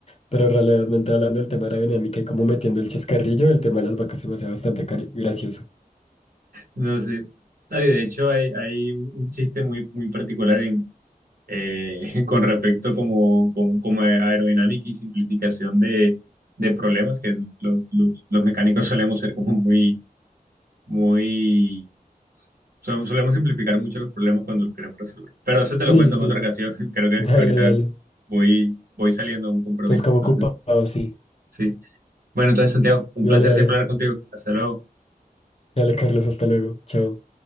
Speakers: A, on the left; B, on the right.
A: pero realmente hablando del tema de aerodinámica y como metiendo el chascarrillo, el tema de las vacas se me hace bastante cari- gracioso.
B: no sé. Ay, de hecho, hay, hay un un chiste muy, muy particular en eh, <laughs> con respecto como, como, como a aerodinámica y simplificación de, de problemas que lo- lo- los mecánicos solemos ser como muy, muy, so- solemos simplificar mucho los problemas cuando los queremos resolver. Pero eso te lo
A: Sí,
B: cuento
A: sí.
B: en otra ocasión, <laughs> creo que,
A: Dale,
B: que ahorita
A: dale.
B: voy, voy saliendo a un compromiso,
A: Entonces, como
B: entonces,
A: ocupado, sí.
B: sí. Bueno, entonces, Santiago, un
A: Dale,
B: placer
A: dale.
B: siempre hablar contigo. Hasta luego.
A: Dale, Carlos, hasta luego. Chao.